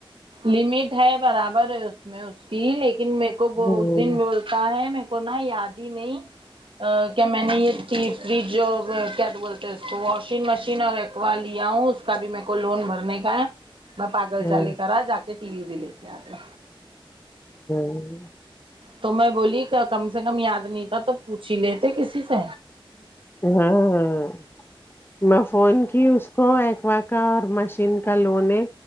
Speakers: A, on the right; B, on the left.
A: لمٹ ہے برابر ہے اس میں اس کی لیکن میرے کو وہ
B: ہوں
A: اس دن تا ہے میر کو نا یاد ہی نہیں کیا میں نے یہ ت فریج اور کیا تو بولتے ہیں اس کو واشنگ مشین اور ایک پکوا لیا ہوں اس کا بھی م کو لون بھرنے کا ہے میں پاگل
B: ہاں
A: چال لے کرا جا کے ٹی وی بھی لے کے آ کے
B: ہوں
A: تو میں بولی کم سے کم یاد نہیں تھا تو پوچ ہی لیتے کسی سے
B: ہاں میں فون کی اس کو ایککوا کا اور مشین لو نے